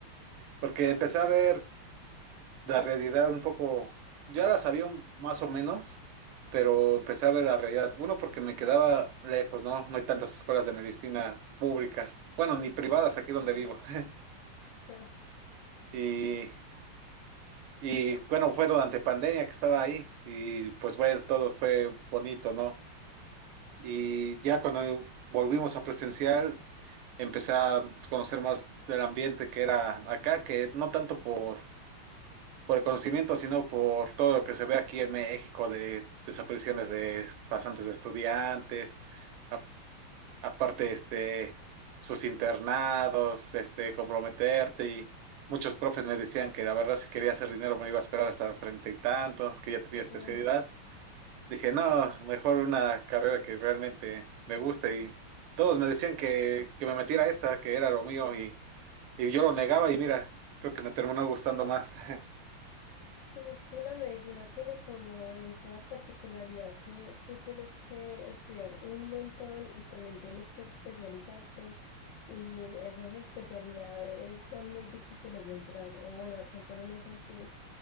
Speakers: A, on the right; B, on the left.
A: Porque empecé a ver la realidad un poco, ya la sabía un- más o menos, pero empecé a ver la realidad. Uno, porque me quedaba lejos, ¿no? No hay tantas escuelas de medicina públicas, bueno, ni privadas aquí donde
B: Ajá.
A: vivo. <laughs>
B: Ah,
A: Y, y bueno, fue durante pandemia que estaba ahí y pues bueno, todo fue bonito, ¿no? Y ya cuando volvimos a presencial, empecé a conocer más del ambiente que era acá, que no tanto por por el conocimiento, sino por todo lo que se ve aquí en México de desapariciones de pasantes de estudiantes, a- aparte este, sus internados, este, comprometerte y muchos profes me decían que la verdad si quería hacer dinero me iba a esperar hasta los treinta y tantos, que ya tenía especialidad.
B: Ay,
A: Dije, no, mejor una carrera que realmente me guste y todos me decían que, que me metiera a esta, que era lo mío y, y yo lo negaba y mira, creo que me terminó gustando más. <laughs>
B: pues es que la medicina tiene como esa particularidad que tú tienes que estudiar un montón y también tienes que especializarte y esas especialidades son muy difíciles de entrar. O bueno, acá en Colombia es así.